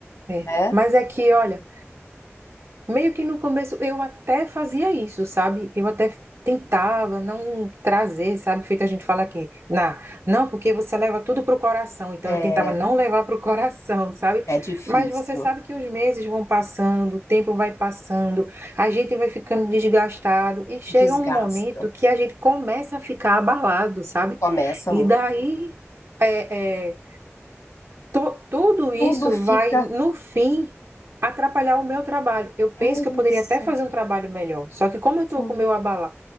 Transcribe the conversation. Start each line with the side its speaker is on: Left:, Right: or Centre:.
Right: É.
Left: né?
Right: Mas é que, olha. Meio que no começo eu até fazia isso, sabe? Eu até tentava não trazer, sabe? Feito a gente fala aqui, na, não, porque você leva tudo pro coração. Então
Left: É,
Right: eu tentava não levar pro coração, sabe?
Left: é difícil.
Right: Mas você sabe que os meses vão passando, o tempo vai passando, a gente vai ficando desgastado e chega
Left: Desgasta,
Right: um momento que a gente começa a ficar abalado, sabe?
Left: começa
Right: E
Left: muito.
Right: daí é, é, to- tudo isso
Left: Tudo fica
Right: vai, no fim, atrapalhar o meu trabalho. Eu penso
Left: é
Right: que eu poderia
Left: isso,
Right: até fazer um trabalho melhor. Só que como eu estou
Left: sim.
Right: com o meu abala,